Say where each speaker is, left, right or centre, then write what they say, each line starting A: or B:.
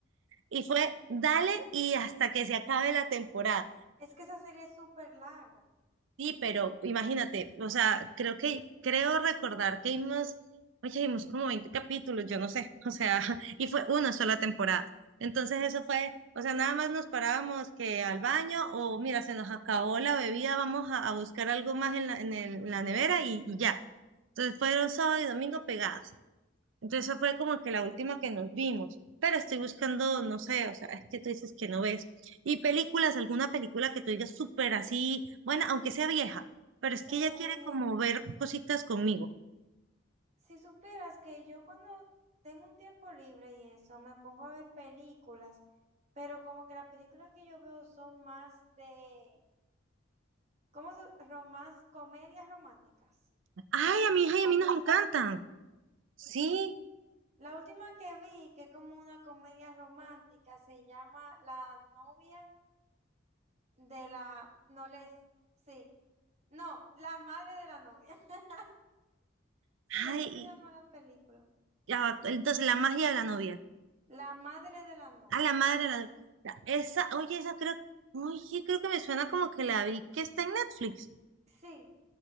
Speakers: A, on the right; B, on the right.
A: y fue dale y hasta que se acabe la temporada.
B: es que esa serie es súper larga.
A: Sí, pero imagínate, o sea, creo que, creo recordar que vimos, oye, vimos como 20 capítulos, yo no sé, <laughs> o sea, y fue una sola temporada. Entonces eso fue, o sea, nada más nos parábamos que al baño o mira, se nos acabó la bebida, vamos a, a buscar algo más en la, en el- en la nevera y, y ya. Entonces fueron sábado y domingo pegadas. Entonces esa fue como que la última que nos vimos, pero estoy buscando, no sé, o sea, es que tú dices que no ves. Y películas, alguna película que tú digas súper así, bueno, aunque sea vieja, pero es que
B: Eh,
A: ella quiere como ver cositas conmigo.
B: si supieras que yo cuando tengo un tiempo libre y eso, me pongo a ver películas, pero como que las películas que yo veo son más de, ¿cómo se? Romance, comedias románticas.
A: Ay, a mi hija y a mí
B: Algo
A: nos
B: así.
A: encantan. Sí,
B: La última que vi, que es como una comedia romántica, se llama La novia de la... No les... Sí. No, La madre de la novia. <laughs> Sí,
A: ay,
B: así se
A: y-
B: llama la película.
A: ya va, entonces la magia de la novia,
B: La madre de la novia.
A: a la madre de la novia. La- Esa, oye, esa creo, oye, creo que me suena como que la vi que está en Netflix.
B: Sí,